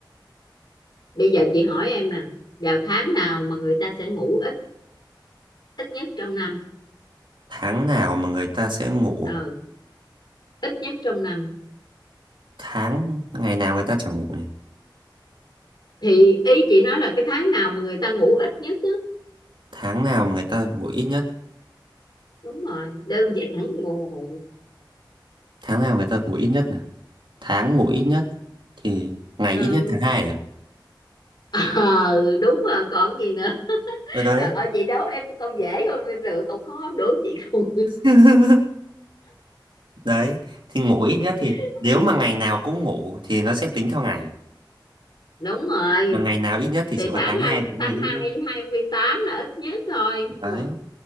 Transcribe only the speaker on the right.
Tháng nào mà người ta sẽ ngủ?
Tháng ngày nào người ta chẳng ngủ nhỉ?
Tháng nào mà người ta ngủ ít nhất?
Tháng nào người ta ngủ ít nhất nhỉ? tháng ngủ ít nhất thì ngày
ít nhất tháng hai à
ở đấy
<laughs> đấy thì ngủ ít nhất thì
nếu mà ngày nào cũng ngủ thì nó sẽ tính theo ngày
mà ngày nào ít nhất thì
chỉ có
tháng
2 là cái
ngày ít
nhất
đấy